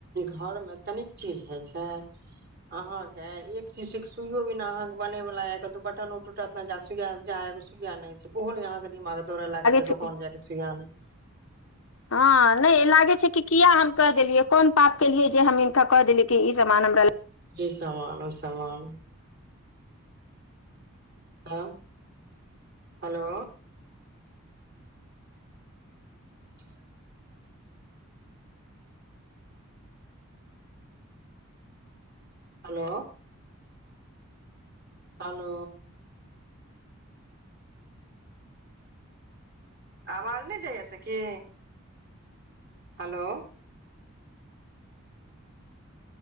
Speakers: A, on the right; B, on the left.
A: घरमे तनिक चीज होइ छै। अहा ने एक चीज से सुइयो बिना अहाँकेँ बने वला य दू बटन उ टूटत। जा सुइया जा एगो सुइा नहि छै, ओहोले अहाँकेँ दिमाग दो लाग
B: लागै छै
A: दोकान जाय के सुइया नहि।
B: हैं। नहि लागे छै, कि किया हम कह देलियै कोन पाप केलिये जे हम हिनका कह देलियै कि इ सामान हमरा।
A: ई, समान औ समान। ह, हेलो। <inaudible> हेलो। हेलो। आवाज नहि जाइया सखी। हेलो।